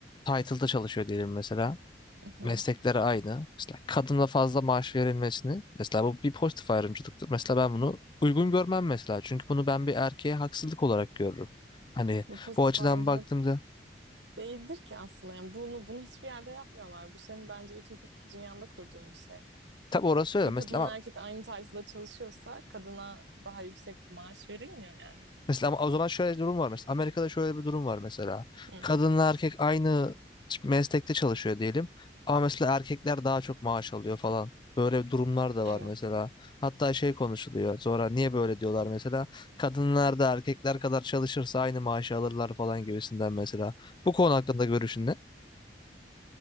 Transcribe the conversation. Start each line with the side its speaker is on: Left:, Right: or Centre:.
Left: title'da çalışıyor diyelim mesela.
Right: Hı
Left: Meslekleri
Right: hı.
Left: aynı. Mesela kadına fazla maaş verilmesini mesela bu bir pozitif ayrımcılıktır. Mesela ben bunu uygun görmem mesela. Çünkü bunu ben bir erkeğe haksızlık olarak görürüm. Hani
Right: Bu pozitif
Left: bu açıdan
Right: ayrımcılık
Left: baktığımda
Right: değildir ki aslında. Yani bunu bunu hiçbir yerde yapmıyorlar. Bu senin bence ütopik bir dünyanda kurduğun bir şey.
Left: Tabii orası öyle
Right: Bir
Left: mesela
Right: kadınla
Left: ama
Right: erkek aynı title'da çalışıyorsa kadına daha yüksek maaş verilmiyor yani.
Left: mesela ama o zaman şöyle bir durum var mesela Amerika'da şöyle bir durum var mesela
Right: Hı.
Left: kadınla erkek aynı meslekte çalışıyor diyelim ama mesela erkekler daha çok maaş alıyor falan böyle durumlar da
Right: Evet.
Left: var mesela hatta şey konuşuluyor sonra niye böyle diyorlar mesela kadınlar da erkekler kadar çalışırsa aynı maaşı alırlar falan gibisinden mesela bu konu hakkında görüşün ne?